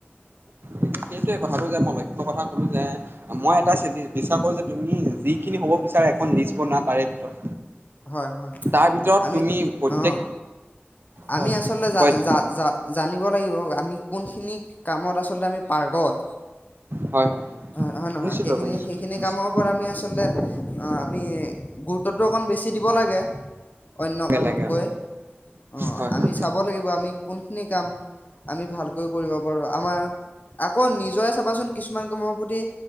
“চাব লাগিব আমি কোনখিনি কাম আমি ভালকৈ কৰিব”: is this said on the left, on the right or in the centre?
Left